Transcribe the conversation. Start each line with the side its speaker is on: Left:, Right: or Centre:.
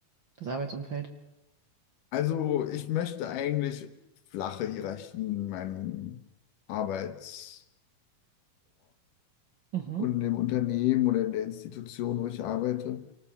Right: das Arbeitsumfeld?
Left: Also ich möchte eigentlich flache Hierarchien in meinem Arbeitsort
Right: Mhm,
Left: und in dem Unternehmen oder in der Institution, wo ich arbeite,